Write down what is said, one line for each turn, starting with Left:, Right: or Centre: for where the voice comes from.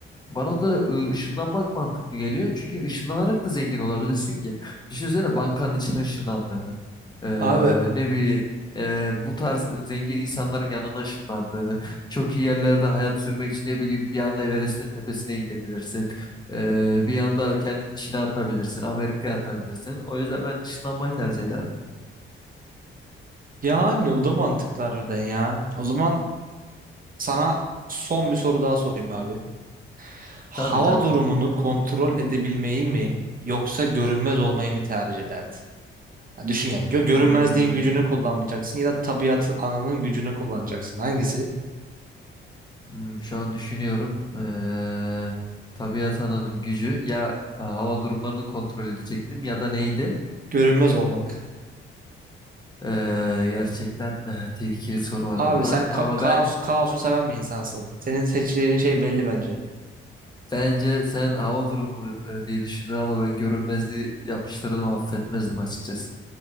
Left: bana da ıı, ışınlanmak mantıklı geliyor. Çünkü ışınlanarak da zengin olabilirsin ki. Düşünsene bankanın içine ışınlandığını. Ee,
Right: Abi
Left: ne bileyim. ee, bu tarz zengin insanların yanına ışınlandığını. Çok iyi yerlerde hayat sürmek için ne bileyim bir anda Everest'in tepesine gidebilirsin. Ee, bir anda kendini Çin'e atabilirsin. Amerika'ya atabilirsin. O yüzden ben ışınlanmayı tercih ederdim.
Right: yani o da mantıklı harbiden ya. O zaman sana son bir soru daha sorayım abi. Hava
Left: Tabii tabii.
Right: durumunu kontrol edebilmeyi mi yoksa görünmez olmayı mı tercih ederdin? Ha, düşün yani gö görünmezliğin
Left: Hmm.
Right: gücünü kullanmayacaksın ya da tabiatı ananın gücünü kullanacaksın. Hangisi?
Left: Hmm, şu an düşünüyorum. Ee, tabiat ananın gücü ya e, hava durumlarını kontrol edecektim ya da neydi?
Right: Görünmez olmak.
Left: Ee, gerçekten e, tehlikeli sorular
Right: Abi
Left: bunlar.
Right: sen ka-
Left: Ama
Right: kaos
Left: ben
Right: kaosu seven bir insansın. Senin seçeceğin şey belli bence.
Left: bence sen hava durumu e, diye düşündün ama ben görünmezliği yapıştırdım affetmezdim açıkçası.